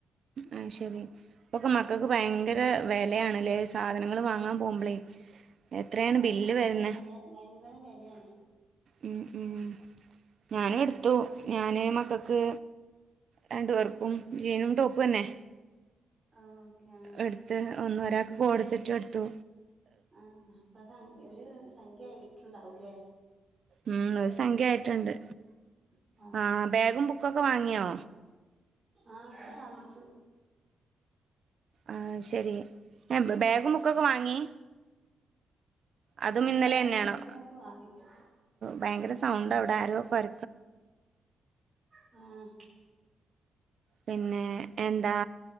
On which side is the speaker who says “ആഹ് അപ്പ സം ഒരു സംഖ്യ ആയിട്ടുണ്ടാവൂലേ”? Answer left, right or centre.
Right